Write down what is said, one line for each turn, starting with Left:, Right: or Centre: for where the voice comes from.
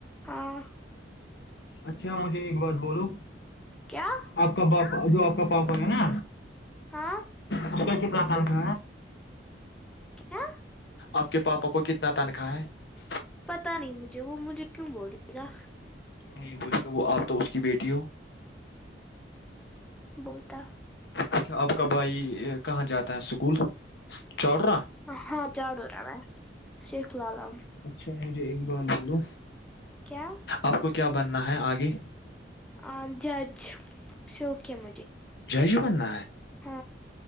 Centre: ہاں
Left: اچھا مجھے ایک بات بولو
Centre: کیا
Left: آپ کا باپ جو آپ پک پؤ پ ہیں نا
Centre: ہاں
Left: ا <inaudible> تال کر
Centre: کیا
Left: آپ کے پاپا کو کتنا تنخواہ ہے
Centre: پتا نہیں مجھے وہ مجھے کیوں بلیے گا
Left: کیوں نہیں بول گا وہ آپ تو اس کی بیٹی ہو
Centre: وہ بتا
Left: اچ آپ کا بھائی کہاں جاتا ہے اسکول چارہ
Centre: ہاں جڑو ر میں ہے شیخ لالم
Left: اچھا مجھے اقبال بولو
Centre: کیا
Left: آپ کو کیا بننا ہے آگے
Centre: ہ جج شوکے م
Left: جی جی بن ہ
Centre: ہ